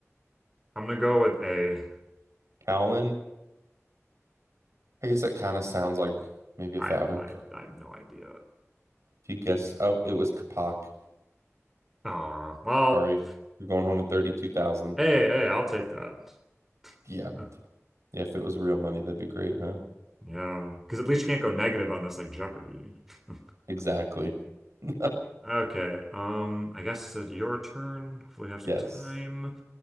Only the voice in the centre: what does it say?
I'm gonna go with a
I
I I have no idea.
Oh well,
hey, hey, I'll take that.
<sighs>
Yeah, because at least you can't go negative on this like Jeopardy. <laughs>
Okay, um, I guess it's your turn. Hopefully we have
some time.